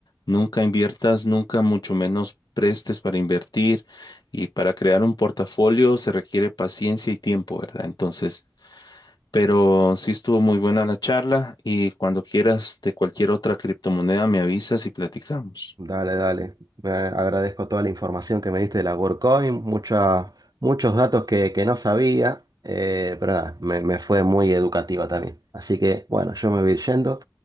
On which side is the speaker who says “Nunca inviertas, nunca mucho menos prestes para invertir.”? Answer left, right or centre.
Left